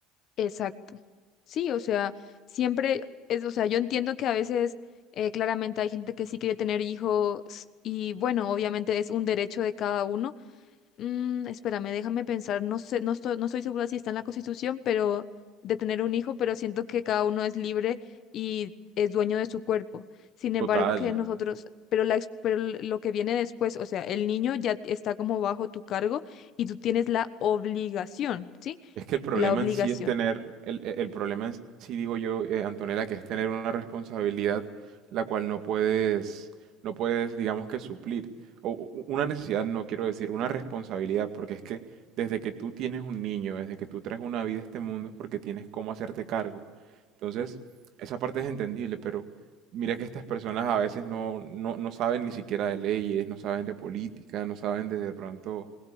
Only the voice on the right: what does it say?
Total.
Es que el problema
en sí es tener, el, el- el problema en sí, digo yo, eh, Antonella, que es tener una responsabilidad la cual no puedes, no puedes, digamos que suplir. O u- u- una necesidad, no quiero decir, una responsabilidad, porque es que desde que tú tienes un niño, desde que tú traes una vida a este mundo, es porque tienes cómo hacerte cargo. Entonces, esa parte es entendible, pero mira que estas personas a veces no, no, no saben ni siquiera de leyes, no saben de política, no saben de, de pronto